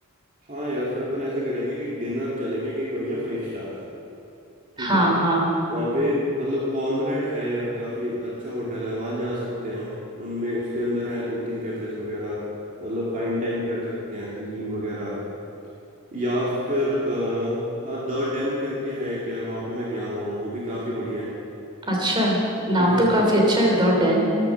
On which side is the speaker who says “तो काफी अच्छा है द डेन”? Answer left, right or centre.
Right